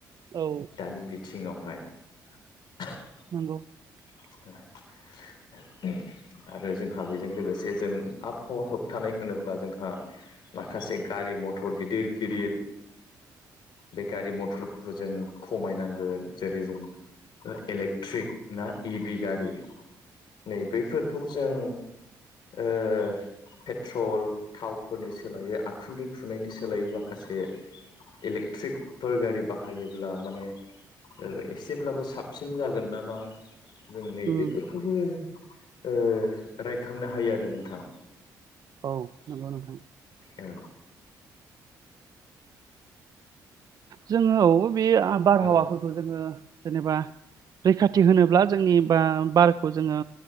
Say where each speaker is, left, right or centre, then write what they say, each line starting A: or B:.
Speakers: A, on the right; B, on the left.
A: औ
B: दानि बिथिङावहाय <unintelligible>
A: <unintelligible>
B: <unintelligible> आरो जोंहा बेजों लोगोसे जों आबहावा होबथानाय होनोब्ला जोंहा माखासे गा रि मथर गिदिर गिदिर
A: <inaudible>
B: बे गारि मथरफोरखौ जों खमायनांगोन जेरै जों एलेक्ट्रिक ना इ भि गारि नै बैफोरखौ जों ओ पेट्रल थावफोरनि सोलायै आखुन्दै खुनायनि सोलायै माखासे इलेक्ट्रिकफोर गारि बाहायोब्ला माने ओ एसेब्लाबो साबसिन जागोन नामा जों नै
A: उम
B: बेेफोरखोबो ओ रायखांनो हायो आरो नोंथां।
A: औ नंगौ नोंथां।
B: औ
A: जों औ बे बारहावाफोरखौ
B: औ
A: जोङो जेनेबा रैखाथि होनोब्ला जोंनि बा बारखौ जोङो